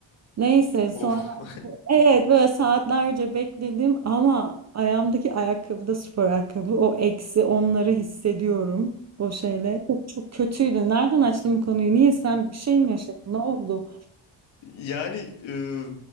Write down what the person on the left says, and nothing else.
Of.
Yani e,